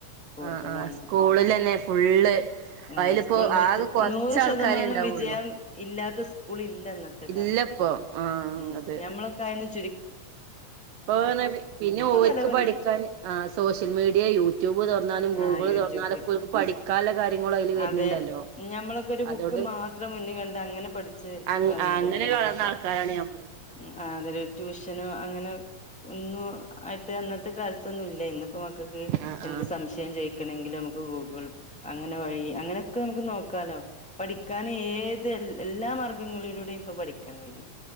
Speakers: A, in the centre; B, on the right.
A: കൂടുതലാണ്
B: ആ ആ സ്കൂള്ലെന്നെ ഫുള്ള്
A: ആഹ്
B: അയിലിപ്പോ
A: സ്കൂള് <unintelligible>
B: ആകെ കൊറച്ച്
A: നൂറ് ശതമാനം
B: ആൾക്കാരെ ഉണ്ടാവുള്ളൂ
A: വിജയം ഇല്ലാത്ത സ്കൂളില്ലെന്ന ത്തെ
B: ഇല്ലപ്പൊ
A: കാലത്ത്.
B: ആ
A: ഉം
B: അതെ
A: ഞമ്മളൊക്കായന്ന് ചുര്
B: പ്പോ പർഞ്ഞായിരി പിന്നെ ഓൽക്ക്
A: പല പല
B: പഠിക്കാന് ആഹ് സോഷ്യൽ മീഡിയ യൂട്യൂബ് തൊർന്നാലും ഗൂഗിള്
A: ആ യൂട്യൂബ്
B: തൊർ ന്നാലൊക്കോൽക്ക് പഠിക്കാല്ല കാര്യങ്ങളു അയ്ല് വെര്ന്ണ്ടല്ലോ,
A: അതെ ഞമ്മളൊക്കെ ഒരു ബുക്ക്
B: അതോണ്ട്
A: മാത്രം മുന്നിൽ കണ്ട് അങ്ങനെ പഠിച്ച്
B: അങ്
A: വന്നതല്ലേ
B: അങ്ങനൊരു വളർന്ന ആൾക്കാരാണ് ഞമ്മള്
A: ഉം ആഹ് അതരു ടൂഷ്യനു അങ്ങനെ ഒന്നു ആയിട്ട് അന്നത്തെ കാലത്തൊന്നുല്ല. ഇന്ന്പ്പ മക്കക്ക്
B: ആ
A: എന്ത്
B: ആ
A: സംശയം ചോയിക്കണെങ്കിലും ഞമ്മക്ക് ഗൂഗിൾ, അങ്ങനെ വഴി അങ്ങനൊക്കെ ഞമ്മക്ക് നോക് ക്കാലോ. പഠിക്കാനേത് എല്ലാ മാർഗങ്ങളിലൂടെയും, പ്പൊ പഠിക്കാൻ കഴിയും